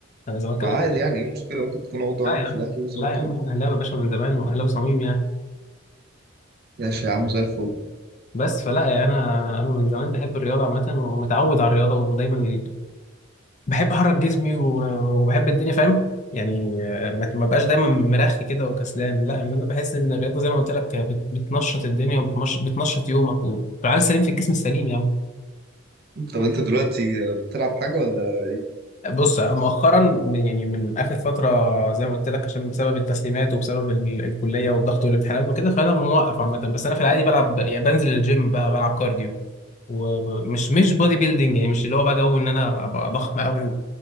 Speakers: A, on the left (about 35°); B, on the right (about 50°).
A: انا زملكاوي
B: ما عادي يعني إيه المشكلة ممكن تكون عضو
A: لا
B: عامل
A: يا
B: في
A: عم
B: الأهلي وزملكاوي
A: لا يا عم أنا اهلاوي يا باشا من زمان واهلاوي صميم يعني
B: ماشي يا عم زي الفل
A: بس فلا يعني انا انا من زمان بحب الرياضه عامه ومتعود على الرياضه ودايما بحب احرك جسمي و- وبحب الدنيا فاهم يعني آه، ما ما بقاش دايما مرخي كده وكسلان لا يعني انا بحس ان الرياضه زي ما قلت لك آه، بت- بتنشط الدنيا وبتنشط يومك والعقل السليم في الجسم السليم يعني
B: طب انت دلوقتي آه، بتلعب حاجة ولا ايه؟
A: بص آه، مؤخرا من- يعني من اخر فتره زي ما قلت لك عشان بسبب التسليمات وبسبب ال- الكليه والضغط والامتحانات وكده فانا موقف عامه بس انا في العادي بلعب يعني بنزل الجيم بقى بلعب كارديو ومش مش بودي بيلدينج يعني مش اللي هو بقى جو ان انا ابقى ضخم قوي